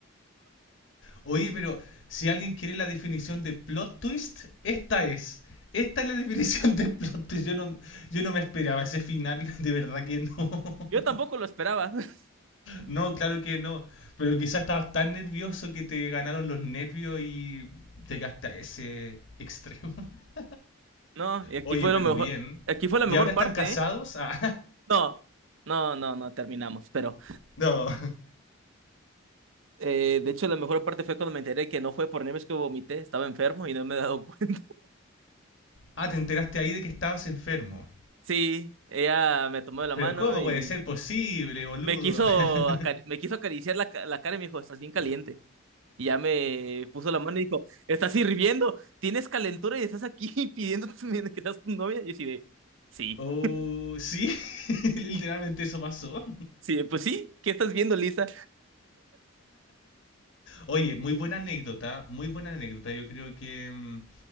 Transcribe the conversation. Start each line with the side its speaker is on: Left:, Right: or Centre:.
Left: Oye, pero si alguien quiere la definición de plot twist, esta es. Esta es la definición de plot twist. Yo no, yo no me esperaba ese final, <laughs> de verdad que no.
Right: Yo tampoco lo esperaba. <laughs>
Left: No, claro que no. Pero quizás estabas tan nervioso que te ganaron los nervios y llegaste a ese extremo. <laughs>
Right: No, y aquí
Left: Oye,
Right: fue
Left: pero
Right: lo mejor,
Left: bien.
Right: aquí fue la
Left: ¿Y
Right: mejor
Left: ahora están
Right: parte,
Left: casados?
Right: ¿eh?
Left: Ah,
Right: No, no, no, no, terminamos. Pero,
Left: <laughs> no.
Right: eh, de hecho, la mejor parte fue cuando me enteré que no fue por nervios que vomité, estaba enfermo y no me he dado <laughs> cuenta.
Left: Ah, te enteraste ahí de que estabas enfermo.
Right: Sí, ella me tomó de la
Left: Pero
Right: mano
Left: ¿cómo
Right: y
Left: puede ser posible, boludo?
Right: me quiso,
Left: <laughs>
Right: acari- me quiso acariciar la, ca- la cara y me dijo, estás bien caliente. Y ya me puso la mano y dijo, estás hirviendo, tienes calentura y estás aquí <laughs> pidiendo que seas tu novia. Y yo así de, sí,
Left: Oh, sí, <laughs> literalmente eso pasó.
Right: sí, de, pues sí, ¿qué estás viendo, Lisa?
Left: Oye, muy buena anécdota, muy buena anécdota. Yo creo que mm,